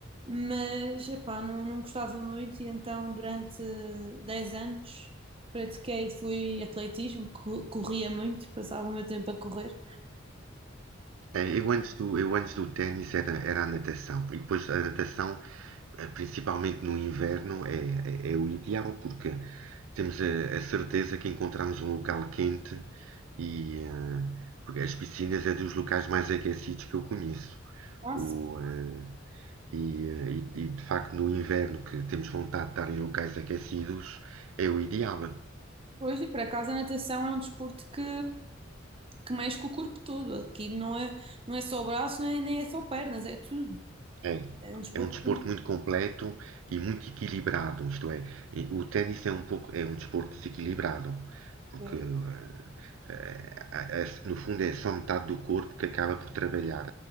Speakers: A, on the right; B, on the right.
A: mas, epá, não, não gostava muito e então durante 10 anos pratiquei, fui atletismo, co- corria muito, passava o meu tempo a correr.
B: É, Eu antes do, eu antes do ténis era, era a natação. E depois a natação, eh, principalmente no inverno, é, é, é o ideal porque temos a, a certeza que encontramos um local quente e eh, porque as piscinas é dos locais mais aquecidos que eu conheço.
A: Ah,
B: O, eh, e, eh, e- e, de facto no inverno que temos vontade de estar em locais aquecidos é o ideal.
A: Pois, e por acaso a natação é um desporto que, que mexe com o corpo todo. Aqui não é, não é só braço, nem, nem é só pernas, é tudo.
B: É,
A: É um desporto.
B: é um desporto muito completo e muito equilibrado, isto é, e o ténis é um pouco é um desporto desequilibrado, porque
A: que-
B: eh, eh, a- no fundo é só metade do corpo que acaba por trabalhar.